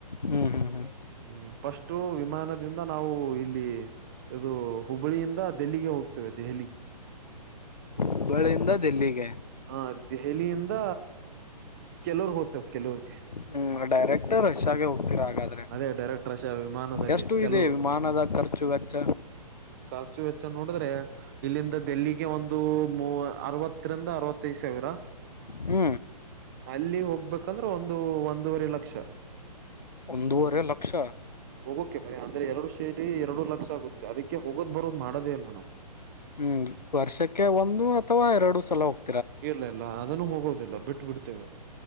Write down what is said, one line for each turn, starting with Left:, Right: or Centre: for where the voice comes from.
Left: ಹ್ಮ್ ಹ್ಮ್ ಹ್ಮ್
Right: ಹ್ಮ್ ಫಸ್ಟು ವಿಮಾನದಿಂದ ನಾವು ಇಲ್ಲಿ ಇ ಇದು ಹುಬ್ಬಳ್ಳಿಯಿಂದ ಡೆಲ್ಲಿಗೆ ಹೋಗ್ತೇವೆ ದೆಹಲಿ.
Left: ಹುಬ್ಬಳಿಯಿಂದ ದೆಲ್ಲಿಗೆ
Right: ಹಾ ದೆಹಲಿಯಿಂದ, ಕೆಲೂರ್ಗ್ ಹೋಗ್ತೇವೆ ಕೆಲೂರ್ಗೆ.
Left: ಹ್ಮ್ ಡೈರೆಕ್ಟು ರಷ್ಯಾಗೆ ಹೋಗ್ತಿರ ಹಾಗಾದ್ರೆ,
Right: ಅದೇ ಡೈರೆಕ್ಟ್ ರಶ ವಿಮಾನದಲ್ಲಿ
Left: ಎಷ್ಟು
Right: ಕೆಲವರು
Left: ಇದೆ ವಿಮಾನದ ಖರ್ಚ್ ಖರ್ಚು ವೆಚ್ಚ.
Right: ಖರ್ಚು ವೆಚ್ಚ ನೋಡಿದ್ರೆ ಇಲ್ಲಿಂದ ದೆಲ್ಲಿಗೆ ಒಂದು ಮೂ ಅರ್ವತ್ತರಿಂದ ಅರ್ವತ್ತೈದು ಸಾವಿರ.
Left: ಹ್ಮ
Right: ಅಲ್ಲಿ ಹೋಗ್ಬೇಕಂದ್ರೆ ಒಂದು ಒಂದೂವರೆ ಲಕ್ಷ.
Left: ಒಂದೂವರೆ ಲಕ್ಷ
Right: ಹೋಗೋಕೆ ಬರ ಅಂದ್ರೆ ಎರ್ಡು ಸೇರಿ ಎರಡು ಲಕ್ಷ ಆಗುತ್ತೆ ಅದಿಕ್ಕೆ ಹೋಗೋದ್ ಬರೋದ್ ಮಾಡೋದೇ ಇಲ್ಲ ನಾವು.
Left: ಹ್ಮ್ ವರ್ಷಕ್ಕೆ ಒಂದು ಅಥವಾ ಎರಡು ಸಲ ಹೋಗ್ತ್.
Right: ಇಲ್ಲ ಇಲ್ಲ ಅದುನು ಹೋಗೋದಿಲ್ಲ ಬಿಟ್ ಬಿಡ್ತೇವೆ ಅದು.